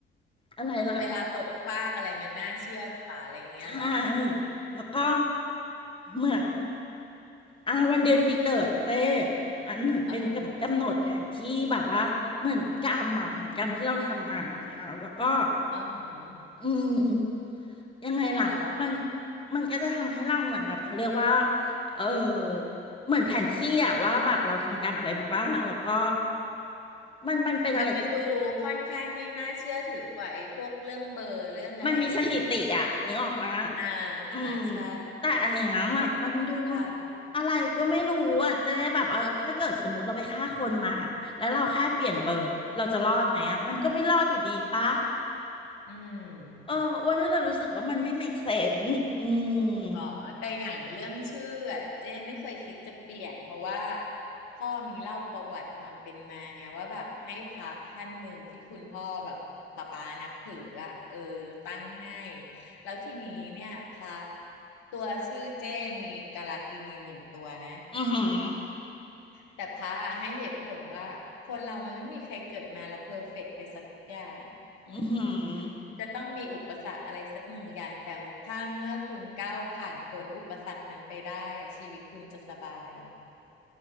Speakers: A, on the left; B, on the left.
A: อะไรล่ะ
B: เวลาตกฟากอะไรมันน่าเชื่อกว่าอะไรอย่างเงี้ยเหรอ
A: ใช่แล้วก็
B: อืม
A: เหมือนอ่าวันเดือนปีเกิดอะเจ้มันเหมือนเป็นกำกำหนดแผนที่แบบว่าเหมือนกรรมอะเหมือนกรรมที่เราทำมาเนี่ยเอาแล้วก็
B: อ๋อฮะอ๋อฮะ
A: อืมอืมยังไงล่ะมัน
B: อ๋อ
A: มันก็จะทำให้เราเหมือนแบบเขาเรียกว่าเออเหมือนแผนที่อะว่าแบบเราทำกรรมอะไรมาบ้างแล้วก็มันมันเป็นอะไรที่
B: มันมาดูค่อนข้างที่น่าเชื่อถือกว่าไอ้พวกเรื่องเบอร์เรื่องอะไรอย่างงี้ใช่ไหม
A: มันมีสถิติอะนึกออกปะ
B: อ่าอ่าใช่
A: อืมแต่อันเนี้ยแบบมันดู
B: เนี่ยค่ะ
A: อะไรก็ไม่รู้อะเจ๊แบบเออถ้าเกิดสมมติเราไปฆ่าคนมาแล้วเราแค่เปลี่ยนเบอร์เราจะรอดไหมอะมันก็ไม่รอดอยู่ดีปะ
B: อื
A: เอออ้วันนี้เลยรู้สึกว่ามันไม่
B: ม
A: make sense อืม
B: อ๋อแต่อย่างเรื่องชื่ออะเจ้ไม่เคยคิดจะเปลี่ยนเพราะว่าพ่อมีเล่าประวัติความเป็นมาไงว่าแบบให้พระท่านหนึ่งที่คุณพ่อแบบป๊าป๊านับถืออะเออตั้งให้แล้วทีนี้เนี่ยพระตัวชื่อเจ้มีกาลากินีหนึ่งตัวนะ
A: อือหือ
B: แต่พระอะให้เหตุผลว่าคนเรามันไม่มีใครเกิดมาแล้วเพอร์เฟกต์ไปซะทุกอย่างอืม
A: อือหือ
B: มันจะต้องมีอุปสรรคอะไรสักหนึ่งอย่างแต่ถ้าเมื่อคุณก้าวผ่านพ้นอุปสรรคนั้นไปได้อะชีวิตคุณจะสบาย